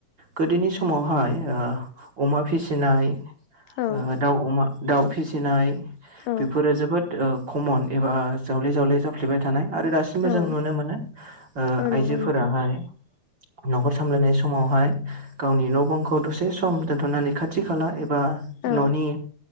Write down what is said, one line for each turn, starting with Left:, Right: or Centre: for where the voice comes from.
Right: गोदोनि समावहाय ओ अमा फिसिनाय
Left: औ
Right: ओ दाउ अमा दाउ फिसिनाय
Left: औ
Right: बेफोरो जोबोद ओ खमन एबा जावले जावले जाफ्लेबाय थानाय आरो दासि बो
Left: औ
Right: जों नुनो मोनो ओ
Left: औ नंगौ
Right: आइजोफोराहाय
Left: नोंथां
Right: न'खर सामलायनाय समावहाय गावनि न' बांखौ दसे सम दोनथ'नानै खाथि खाला एबा
Left: औ
Right: न'नि